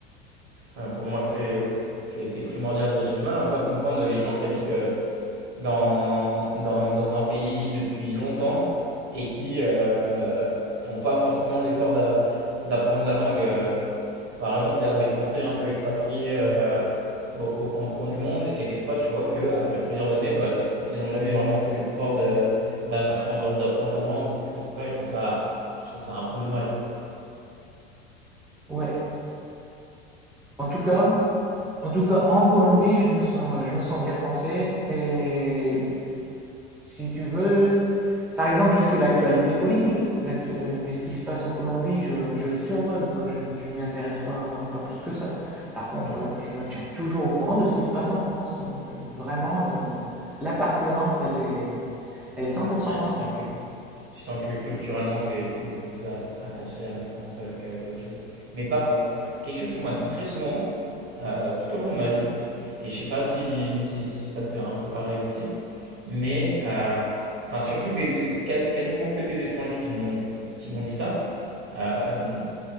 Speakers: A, on the right (about 45°); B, in the centre.
A: euh, pour moi, c'est, c'est, c'est primordial. J'ai du mal un peu à comprendre les gens qui habitent euh, dans, dans, dans un pays depuis longtemps et qui euh, font pas forcément l'effort d'a- d'apprendre la langue. euh. Par exemple, il y a des Français un peu expatriés euh, au, au camp de coin du monde, et des fois, tu vois qu'après plusieurs années, bah, ils n'ont jamais vraiment fait l'effort de- d'apprendre, d'apprendre la langue ou quoi que ce soit. Je trouve ça, je trouve ça un peu dommage.
B: Ouais. En tout cas, en tout cas, en Colombie, je me sens, je me sens bien français. Et si tu veux, Par exemple, je suis l'actualité politique, L'actu- euh, mais ce qui se passe en Colombie, je, je le survole, quoi. Je, je m'y intéresse pas, pas plus que ça. Par contre,
A: Ouais.
B: euh, je me tiens toujours au courant de ce qui se passe en France. Donc, euh, vraiment, le- l'appartenance, elle est, elle est 100%
A: Ouais,
B: française.
A: tu sens que Tu sens que culturellement, tu es, beaucoup plus a- attaché à la France euh, que- qu'à autre chose. Mais par contre, quelque chose qu'on m'a dit très souvent euh, tout au long de ma vie, et je sais pas si, si, si ça te fait un peu pareil aussi, mais euh, enfin surtout des, quas- quasiment que des étrangers qui m'ont qui m'ont dit ça. Euh,